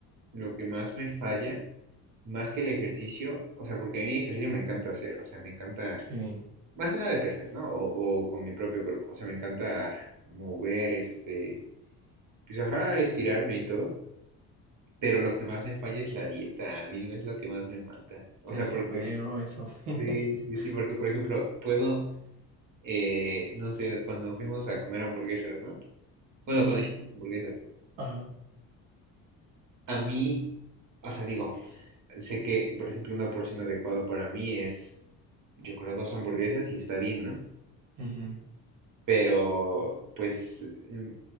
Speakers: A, on the right; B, on the right.
A: lo que más me falla, más que el ejercicio, o sea, porque a mí el ejercicio me encanta hacer, o sea, me encanta
B: Sí,
A: más que nada de pesas, ¿no? O, o con mi propio cuerpo. O sea, me encanta mover, este, pues ajá, estirarme y todo. Pero lo que más me falla es la dieta. A mí no es lo que más me mata. O
B: eso
A: sea, porque,
B: veo, eso veo.
A: sí, sí,
B: <laughs>
A: sí, porque por ejemplo, puedo, eh, no sé, cuando fuimos a comer hamburguesas, ¿no? Bueno,
B: Ajá,
A: cuando hicimos hamburguesas,
B: ajá.
A: a mí, o sea, digo, sé que, por ejemplo, una porción adecuada para mí es, yo creo, dos hamburguesas y está bien, ¿no?
B: ujú.
A: pero pues mm,